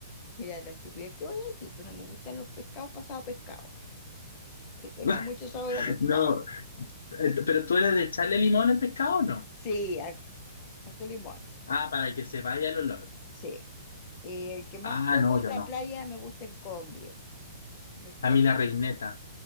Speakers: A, on the left (about 25°); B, on the left (about 80°).
A: Mira, la estupidez que voy a decir, pues no me gustan los pescados pasados a pescado que tengan
B: <laughs>
A: mucho sabor a pescado.
B: No, eh,
A: <laughs>
B: pero tú eres de echarle limón al pescado o no?
A: Sí, harto, harto limón.
B: Ah, para que se vaya el olor.
A: Sí. Eh, el que más
B: Ah,
A: como
B: no, yo
A: en
B: no.
A: la playa me gusta el congrio. El
B: A
A: congrio.
B: mí la reineta.